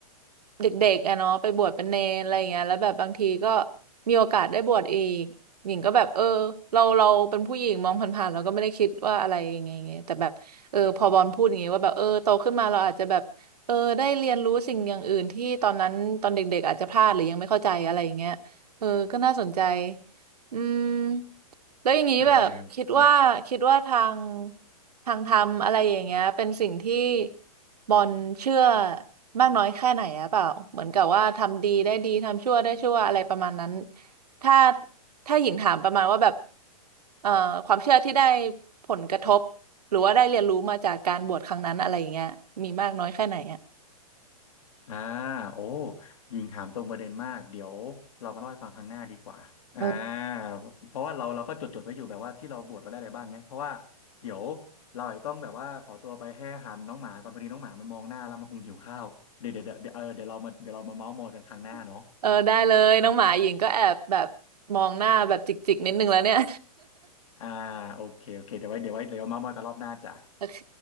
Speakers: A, on the right; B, on the left.
A: เด็กๆอะเนาะไปบวชเป็นเนรอะไรอย่างเงี้ยแล้วแบบบางทีก็มีโอกาสได้บวชอีกหญิงก็แบบเออเราเราเป็นผู้หญิงมองผ่านๆเราก็ไม่ได้คิดว่าอะไรยังไงไงแต่แบบเออพอบอลพูดอย่างงี้ว่าแบบเออโตขึ้นมาเราอาจจะแบบเออได้เรียนรู้สิ่งอย่างอื่นที่ตอนนั้นตอนเด็กๆอาจจะพลาดหรือยังไม่เข้าใจอะไรอย่างเงี้ยเออก็น่าสนใจอืมแล้วอย่างนี้แบบคิดว่าคิดว่าทาง
B: ใช่อืม
A: ทางธรรมอะไรอย่างเงี้ยเป็นสิ่งที่บอลเชื่อมากน้อยแค่ไหนอะเปล่าเหมือนกับว่าทำดีได้ดีทำชั่วได้ชั่วอะไรประมาณนั้นถ้าถ้าหญิงถามประมาณว่าแบบเอ่อความเชื่อที่ได้ผลกระทบหรือว่าได้เรียนรู้มาจากการบวชครั้งนั้นอะไรอย่างเงี้ยมีมากน้อยแค่ไหนอะ
B: อ่าโอ้ยิงถามตรงประเด็นมากเดี๋ยวเรามาเล่าให้ฟังครั้งหน้าดีกว่าอ่า
A: เออ
B: เพราะว่าเราเราก็จดจดไว้อยู่แบบว่าที่เราบวชเราได้อะไรบ้างเนี้ยเพราะว่าเดี๋ยวเราอาจจะต้องแบบว่าขอตัวไปให้อาหารน้องหมาก่อนพอดีน้องหมามันมองหน้าแล้วมันคงหิวข้าวเดี๋ยวเดี๋ยวเดี๋ยวเดี๋ยวเออเดี๋ยวเรามาเดี๋ยวเรามาเมาท์มอยกันครั้งหน้าเนาะ
A: <laughs> เออได้เลยน้องหมาหญิงก็แอบแบบมองหน้าแบบจิกๆนิดนึงแล้วเนี่ย
B: อ่าโอเคโอเคเดี๋ยวไว้เดี๋ยวไว้เดี๋ยวเมาท์มอยกันรอบหน้าจ้ะ
A: <laughs> โอเค